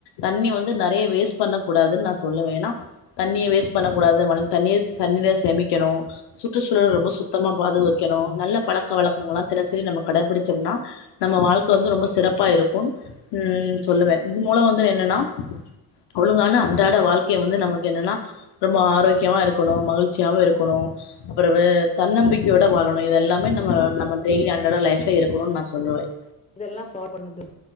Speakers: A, on the left; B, on the left.
A: தண்ணிய வந்து நெறைய வேஸ்ட் பண்ண கூடாதுன்னு நா சொல்லுவே ஏன்னா தண்ணிய வேஸ்ட் பண்ணக் கூடாது மழ தண்ணிஸ் தண்ணியில சேமிக்கணும் சுற்றுச்சூழல ரொம்ப சுத்தமா பாதுவைக்கணும் நல்ல பழக்கவழக்கங்கள் எல்லா தினசரி நம்ம கடைபிடிச்சோம்னா நம்ம வாழ்க்க வந்து ரொம்ப சிறப்பா இருக்கும்னு ம் சொல்லுவே இது மூலம் வந்து என்னன்னா ஒழுங்கான அன்றாட வாழ்க்கையை வந்து நமக்கு என்னன்னா ரொம்ப ஆரோக்கியமா இருக்கணும் மகிழ்ச்சியாவும் இருக்கணும் அப்புற வு தன்னம்பிக்கையோட வாழணும் இதெல்லாமே நம்ம நம்ம டெல்லி அண்டாட லைஃப்ல இருக்கணும்னு நா சொல்வேன்
B: இதெல்லாம் பார் பண்ணுது